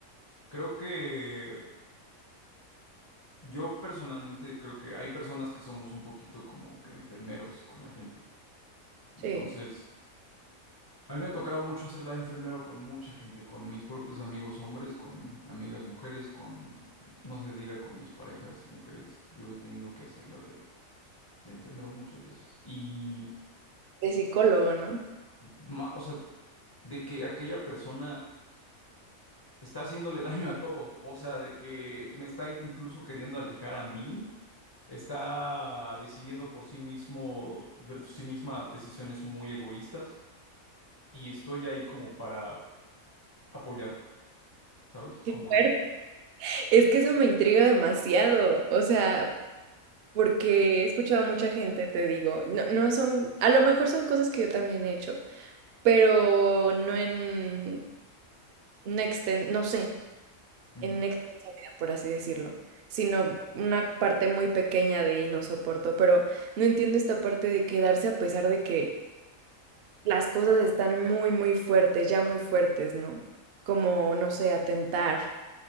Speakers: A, on the left; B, on the right.
A: Creo que yo personalmente creo que hay personas que somos un poquito como que enfermeros con la gente. Entonces,
B: Sí,
A: a mí me ha tocado mucho hacerla de enfermero con mucha gente, con mis propios amigos hombres, con amigas mujeres, con, no se diga, con mis parejas mujeres. Yo he tenido que hacerla de, de enfermero muchas veces. Y,
B: de psicólogo, ¿no? <laughs>
A: ma- o sea, de que aquella persona está haciéndole daño a todo. O sea, de que me está incluso queriendo alejar a mí. Está decidiendo por sí mismo, por sí misma, decisiones muy egoístas. Y estoy ahí como para apoyar, ¿sabes?
B: Qué
A: Como
B: fuerte.
A: de...
B: Es que eso me intriga demasiado, o sea, porque he escuchado a mucha gente, te digo, no, no son, a lo mejor son cosas que yo también he hecho pero no en una exten- no sé,
A: "Ujú".
B: en una extensa medida, por así decirlo, sino una parte muy pequeña de y no soporto, pero no entiendo esta parte de quedarse a pesar de que las cosas están muy, muy fuertes, ya muy fuertes, ¿no? Como, no sé, atentar